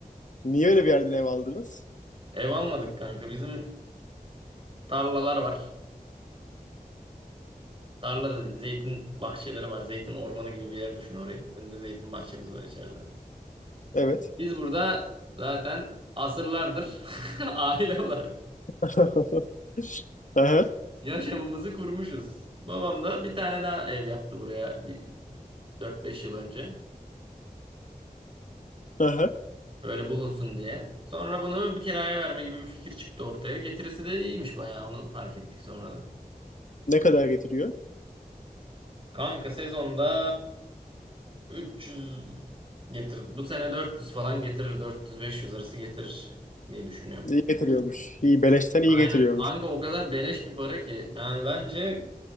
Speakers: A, on the left; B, on the right.
A: Niye öyle bir yerden ev aldınız?
B: Ev almadık kanka. Bizim tarlalar var. Tarlada zeytin bahçeleri var. Zeytin ormanı gibi bir yer düşün orayı. Bizim de zeytin bahçemiz var içeride.
A: Evet.
B: Biz burada zaten asırlardır <laughs> aile olarak
A: <laughs> Aha,
B: yaşamımızı kurmuşuz. Babam da bir tane daha ev yaptı buraya bir 4-5 yıl önce.
A: aha.
B: Böyle bulunsun diye. Sonra bunu bir kiraya verme gibi bir fikir çıktı ortaya. Getirisi de iyiymiş bayağı onu fark ettik sonradan.
A: Ne kadar getiriyor?
B: Kanka sezonda 300 getirir. Bu sene 400 falan getirir. 400-500 arası getirir diye düşünüyorum.
A: İyi getiriyormuş. İyi, beleşten iyi
B: Aynen
A: getiriyormuş.
B: kanka o kadar beleş bir para ki. Yani bence